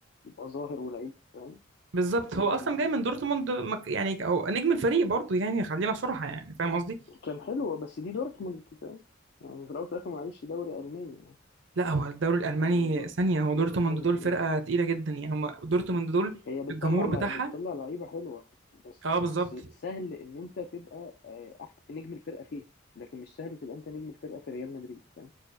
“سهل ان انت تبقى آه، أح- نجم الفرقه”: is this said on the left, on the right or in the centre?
Left